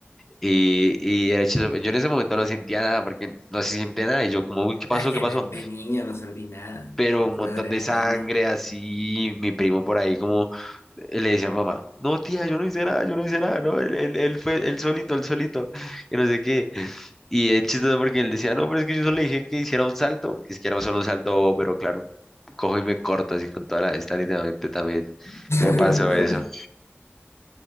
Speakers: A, in the centre; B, on the left (about 80°).
A: Y, y era chistoso, Yo en ese momento no sentía nada porque no se siente nada y yo como, uy, ¿qué pasó?
B: Ah, Es que
A: ¿Qué pasó?
B: de, de niño no sentí nada.
A: pero
B: Fue
A: un
B: pura
A: montón
B: adrenalina.
A: de sangre así, mi primo por ahí como eh, le decía a mamá, no tía, yo no hice nada, yo no hice nada, no, él, él, él fue él solito, él solito, <laughs> que no sé qué. Y es chistoso porque él decía, no, pero es que yo solo le dije que hiciera un salto, es que era solo un salto bobo, pero claro, cojo y me corto así con toda la esta literalmente también.
B: <laughs>
A: Me pasó eso.